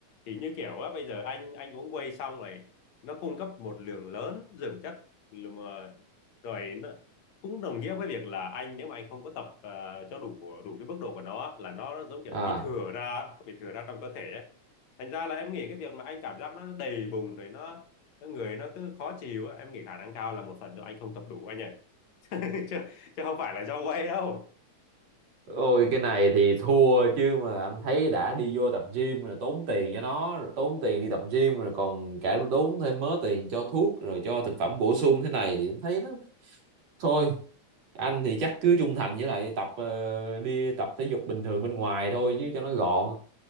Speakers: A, on the left (about 65°); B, on the right (about 60°).
A: thì như kiểu á bây giờ anh anh uống whey xong rồi nó cung cấp một lượng lớn dưỡng chất rồi mà- rồi nó cũng đồng nghĩa với việc là anh nếu mà anh không có tập ờ, cho đủ đủ cái mức độ của nó á, là nó giống kiểu
B: à
A: nó bị thừa ra nó bị thừa ra trong cơ thể ấy thành ra là em nghĩ cái việc mà anh cảm giác nó đầy bùng rồi nó nó người nó cứ khó chịu á em nghĩ khả năng cao là một phần do anh không tập đủ anh ạ <laughs> chứ, chứ không phải là do quay đâu
B: ôi cái này thì thua chứ mà anh thấy đã đi vô tập gym rồi tốn tiền cho nó rồi tốn tiền đi tập gym rồi còn cả tốn thêm mớ tiền cho thuốc rồi cho thực phẩm bổ sung thế này thì anh thấy nó thôi anh thì chắc cứ trung thành với lại tập ờ, đi tập thể dục bình thường bên ngoài thôi chứ cho nó gọn